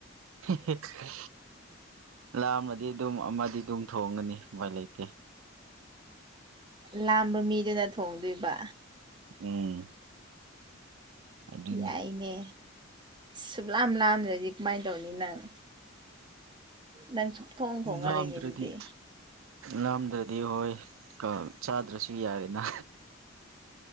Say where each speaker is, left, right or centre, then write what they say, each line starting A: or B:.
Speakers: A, on the right; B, on the right.
A: ꯍꯦ ꯍꯦ ꯂꯥꯃꯗꯤ ꯑꯗꯨꯝ ꯑꯃꯗꯤ ꯑꯗꯨꯝ ꯊꯣꯡꯒꯅꯤ ꯃꯣꯢ ꯂꯩꯇꯦ꯫
B: ꯂꯥꯝꯕ ꯃꯤꯗꯨꯅ ꯊꯣꯡꯗꯣꯏꯕ꯫
A: ꯎꯝ꯫ ꯑꯗꯨꯅꯤ
B: ꯌꯥꯏꯅꯦ ꯁꯨꯛꯂꯥꯝ ꯂꯥꯝꯗ꯭ꯔꯗꯤ ꯀꯃꯥꯏꯅ ꯇꯧꯅꯤ ꯅꯪ꯫ ꯅꯪ ꯁꯨꯛꯊꯣꯡ ꯊꯣꯡꯅꯔꯣꯏꯅꯦ
A: ꯂꯥꯝꯗ꯭ꯔꯗꯤ
B: ꯑꯗꯨꯗꯤ꯫
A: ꯂꯥꯝꯗ꯭ꯔꯗꯤ ꯍꯣꯏ ꯀ ꯆꯥꯗ꯭ꯔꯁꯨ ꯌꯥꯔꯦꯅ꯫